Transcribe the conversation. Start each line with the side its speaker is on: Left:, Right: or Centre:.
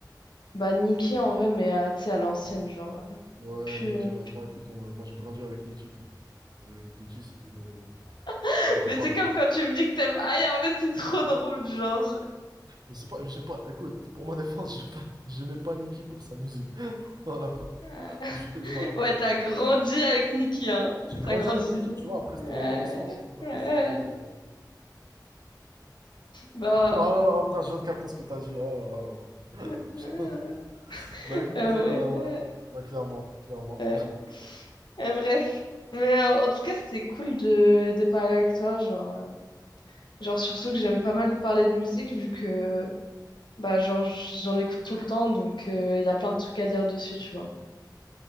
Left: Bah, Nicki, en vrai, mais euh, tu sais, à l'ancienne, genre... euh,
Right: Ouais,
Left: plus,
Right: Niki
Left: euh,
Right: alors, bah écoute, on a- moi j'ai grandi avec Niki quoi. Avec Nicki c'était le...
Left: <laughs>
Right: Bon, j'ai
Left: Mais
Right: pas...
Left: c'est comme quand tu me dis que t'aimes Aïe, en fait, c'est trop drôle, genre...
Right: Mais c'est pas... J'ai pas... Écoute, pour ma défense, j'ai pas... j'aimais pas Niki pour sa musique. <laughs> Voilà quoi.
Left: je-
Right: Je, je m'arrête
Left: Ouais,
Right: là.
Left: t'as grandi avec Nikki, hein.
Right: J'ai grandi
Left: T'as grandi.
Right: avec Niki tu vois, après
Left: Euh,
Right: c'était l'adolescence, tu vois,
Left: euh,
Right: genre, c'était... <laughs>
Left: bon.
Right: Oh là là, oh, putain, je viens de capter ce que t'as dit, oh là là là
Left: Euh,
Right: là. <laughs> Bah écoute,
Left: bref.
Right: euh, ouais,
Left: Ouais.
Right: bah clairement, clairement.
Left: Euh, euh, bref. Mais euh, en tout cas, c'était cool de, de parler avec toi. Genre, euh, genre, surtout que j'aime pas mal parler de musique, vu que bah, genre, j'en écoute tout le temps. Donc, euh, il y a plein de trucs à dire dessus, tu vois.